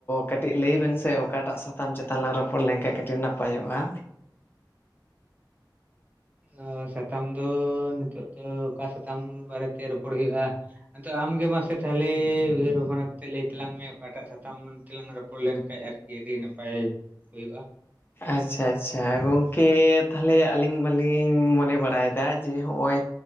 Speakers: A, on the left; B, on the right.
A: ᱠᱟᱹᱴᱤᱡ ᱞᱟᱹᱭ ᱵᱮᱱ ᱥᱮ ᱚᱠᱟ ᱴᱟᱜ ᱥᱟᱛᱟᱢ ᱪᱮᱛᱟᱱ ᱞᱟᱝ ᱨᱚᱯᱚᱲ ᱞᱮᱱ ᱠᱷᱟᱱ ᱠᱟᱹᱴᱤᱡ ᱱᱟᱯᱟᱭᱚᱜᱼᱟ
B: ᱚ ᱥᱟᱛᱟᱢ ᱫᱚ ᱱᱤᱛᱚᱜ ᱫᱚ ᱚᱠᱟ ᱥᱟᱛᱟᱢ ᱵᱟᱨᱮ ᱛᱮ ᱨᱚᱯᱚᱲ ᱦᱩᱭᱩᱜᱼᱟ ᱟᱫᱚ ᱟᱢᱜᱮ ᱢᱟᱥᱮ ᱛᱟᱦᱞᱮ ᱩᱭᱦᱟᱹᱨ ᱵᱷᱟᱵᱽᱱᱟ ᱠᱟᱛᱮ ᱞᱟᱹᱭ ᱛᱟᱞᱟᱝ ᱢᱮ ᱚᱠᱟ ᱴᱟᱜ ᱥᱟᱛᱟᱢ ᱛᱮᱞᱟᱝ ᱨᱚᱯᱚᱲ ᱞᱮᱱᱠᱟᱱ ᱟᱨᱠᱤ ᱟᱹᱰᱤ ᱱᱟᱯᱟᱭ ᱦᱩᱭᱩᱜᱼᱟ
A: ᱟᱪᱪᱷᱟ ᱟᱪᱪᱷᱟ ᱜᱚᱝᱠᱮ ᱛᱟᱦᱞᱮ ᱟᱹᱞᱤᱧ ᱢᱟ ᱞᱤᱧ ᱢᱚᱱᱮ ᱵᱟᱲᱟᱭ ᱮᱫᱟ ᱡᱮ ᱦᱚᱜᱼᱚᱭ